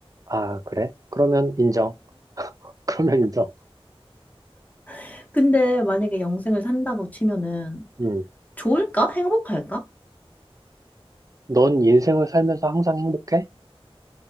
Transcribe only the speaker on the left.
<laughs> 근데 만약에 영생을 산다고 치면은
좋을까? 행복할까?